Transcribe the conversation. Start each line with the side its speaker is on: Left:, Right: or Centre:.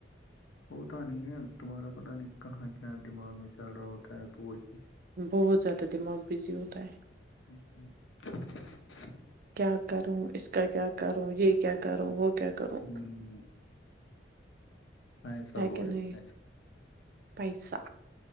Left: وہتا نہیں ہے تمہارا پتتا نہیں کہاں کیا دماغ میں چل رہا ہوتا ط تو وہی
Right: بہت زیادہ دماغ بزی ہووتا ہیں
Left: ہ ہوں <unintelligible>
Right: کیا کروں اس کل کیا کروں یہ کیا کروں وہ کیا کروں
Left: ہوں۔ پیسہ
Right: ہے
Left: بولے
Right: کہ نہیں
Left: پیسہ
Right: پیسہ